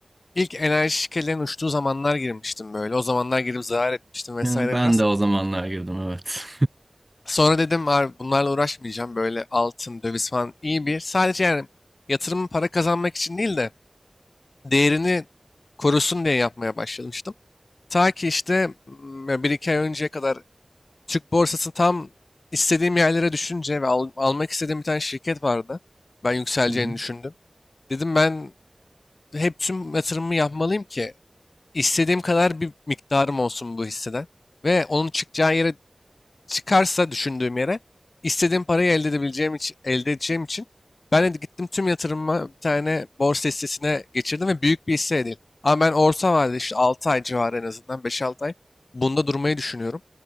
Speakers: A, on the left; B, on the right.
A: ilk enerji şirketlerinin uçtuğu zamanlar girmiştim böyle. O zamanlar girip zarar etmiştim vesaire
B: Yani ben
A: biraz.
B: de o zamanlar girdim evet.
A: Sonra dedim abi bunlarla uğraşmayacağım. Böyle altın, döviz falan iyi bir. Sadece yani yatırımın para kazanmak için değil de değerini korusun diye yapmaya başlamıştım. Ta ki işte m, bir iki ay önceye kadar Türk borsası tam istediğim yerlere düşünce ve al- almak istediğim bir tane şirket vardı. Ben yükseleceğini
B: <laughs>
A: düşündüm. Dedim ben hep tüm yatırımımı yapmalıyım ki istediğim kadar bir miktarım olsun bu hisseden. Ve onun çıkacağı yere çıkarsa düşündüğüm yere istediğim parayı elde edebileceğim için, elde edeceğim için ben de gittim tüm yatırımımı bir tane borsa hissesine geçirdim ve büyük bir hisse değil. Ama ben orta vadede işte 6 ay civarı en azından beş 6 ay bunda durmayı düşünüyorum.